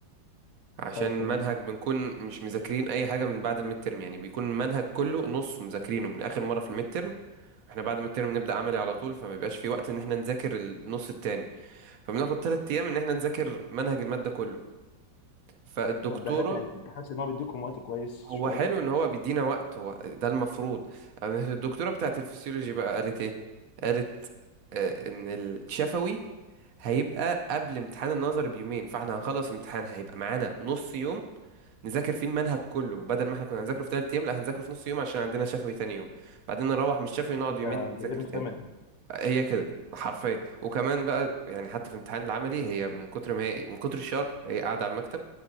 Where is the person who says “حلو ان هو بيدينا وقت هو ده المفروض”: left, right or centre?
Right